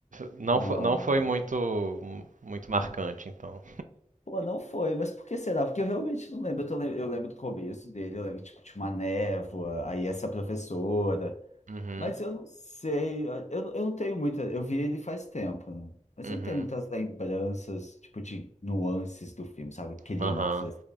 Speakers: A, on the right; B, on the left.
A: Não,
B: Não,
A: fo- não foi
B: não.
A: muito, muito marcante, então.
B: Pô, não foi, mas por que será? Porque eu realmente não lembro. Eu, tô lem- eu lembro do começo dele, eu lembro, tipo, de uma névoa, aí essa professora.
A: Uhum,
B: Mas eu não sei, eu, eu não tenho muita. Eu vi ele faz tempo, né? Mas
A: uhum,
B: eu não tenho muitas lembranças, tipo, de nuances do filme, sabe? o Clima
A: aham.
B: que você.